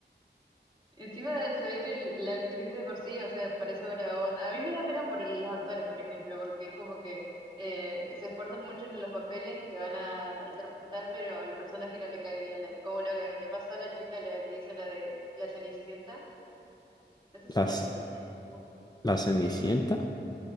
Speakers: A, on the right (about 25°); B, on the left (about 20°).
A: Encima se ve que el- la actriz de por sí, o sea, parece buena onda. A mí me da pena por el- los actores, por ejemplo, porque es como que eh, se esfuerzan mucho en los papeles que van a interpretar, pero el personaje no le cae bien a nadie. Como lo que le pasó a la chica la que hizo la de la Cenicienta, no sé
B: Las,
A: si era latina, no me acuerdo.
B: la Cenicienta.
A: Ella.